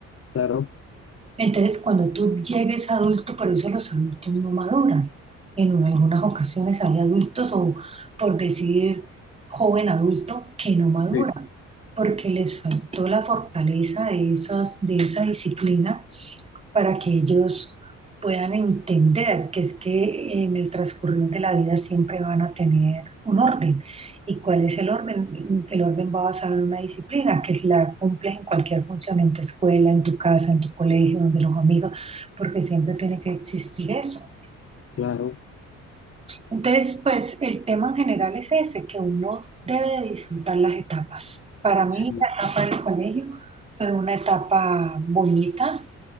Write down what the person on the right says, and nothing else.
entonces, cuando tú llegues adulto, por eso los adultos no maduran. En una- algunas ocasiones hay adultos, o por decir joven adulto, que no maduran,
porque les faltó la fortaleza de, esos, de esa disciplina para que ellos puedan entender que es que en el transcurrir de la vida siempre van a tener un orden. ¿Y cuál es el orden? El orden va basado en una disciplina que la cumples en cualquier función, en tu escuela, en tu casa, en tu colegio, donde los amigos, porque siempre tiene que existir eso.
Entonces, pues el tema en general es ese, que uno debe de disfrutar las etapas. Para mí,
la etapa del colegio fue una etapa bonita,